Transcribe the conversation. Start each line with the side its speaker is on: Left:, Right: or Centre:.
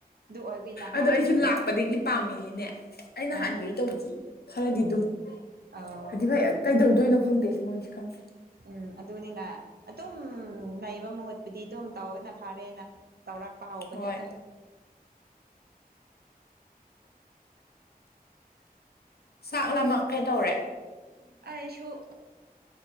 Right: ꯑꯗꯨ ꯑꯣꯏꯕꯅꯤꯅ
Left: ꯑꯗꯣ
Right: ꯍꯥꯎꯒꯗꯕꯅꯦꯕ
Left: ꯑꯩꯁꯨ ꯂꯥꯛꯄꯗꯒꯤ ꯄꯥꯝꯃꯤꯅꯦ ꯑ ꯅꯍꯥꯟꯈꯩ
Right: ꯑꯥ
Left: ꯇꯧꯕꯗ ꯈꯔꯗꯤ ꯑꯗꯨꯝ
Right: ꯑꯧ
Left: ꯍꯥꯏꯗꯤ ꯐꯩ ꯀꯩꯗꯧꯗꯣꯏꯅꯣ ꯈꯪꯗꯦ ꯁꯤ ꯃꯣꯏꯅꯤꯁꯨ ꯈꯪꯗꯦ
Right: ꯎꯝ ꯑꯗꯨꯅꯤꯅ ꯑꯗꯨꯝ ꯅꯩꯕ ꯃꯨꯠꯄꯨꯗꯤ ꯑꯗꯨꯝ ꯇꯧꯅ ꯐꯔꯦꯅ ꯇꯧꯔꯥꯛ ꯄꯥꯑꯣꯣ ꯄꯅꯤ
Left: ꯍꯣꯏ
Right: ꯏꯇ
Left: ꯆꯥꯛ ꯂꯥꯃꯛ ꯀꯩꯇꯧꯔꯦ
Right: ꯑꯁꯨꯣ